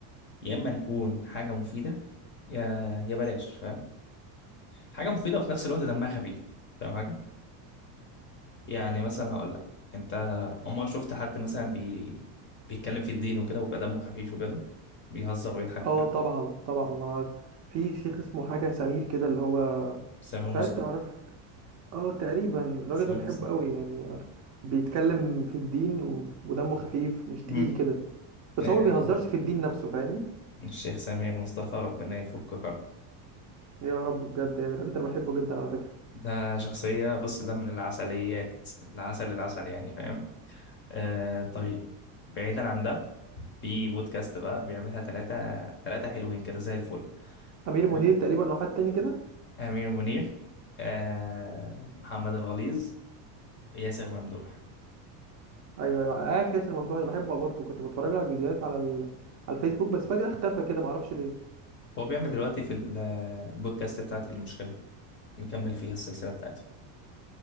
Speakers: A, on the left; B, on the right.
A: يا اما نكون حاجه مفيده يا يا بلاش فاهم حاجه مفيده وفي نفس الوقت دمها خفيف فاهم حاجه يعني مثلا هقول لك انت عمرك شفت حد مثلا بي... بيتكلم في الدين وكده ويبقى دمه خفيف وكده بيهزر ويضحك
B: اه
A: وكده
B: طبعا طبعا آه، في شيخ اسمه حاجة سمير كده اللي هو
A: سمير
B: مش
A: مصطفى
B: عارف تعرف اه تقريبا الراجل
A: سمير
B: ده بحبه
A: مصطفى
B: قوي يعني آه، بيتكلم في الدين و- ودمه خفيف مش
A: مم.
B: تقيل كده بس
A: آه،
B: هو ما بيهزرش في الدين نفسه فاهمني
A: الشيخ سمير مصطفى ربنا يفك كرب
B: يا رب بجد يعني الراجل ده انا بحبه جدا على فكرة
A: ده شخصية بص ده من العسليات العسل العسل يعني فاهم آه طيب بعيدا عن ده في بودكاست بقى بيعملها ثلاثة ثلاثة حلوين كده زي الفل
B: امير منير
A: تمام.
B: تقريبا وحد تاني كده
A: أمير منير آه محمد الغليظ ياسر ممدوح
B: ايوه ايوه أنا عارف ياسر ممدوح ده بحبه برضه كنت بتفرج له على الفيديوهات على ال... على الفيسبوك بس فجأة اختفى كده معرفش ليه
A: هو بيعمل دلوقتي في ال- آه، البودكاست بتاعت المشكلة مكمل فيها السلسلة بتاعته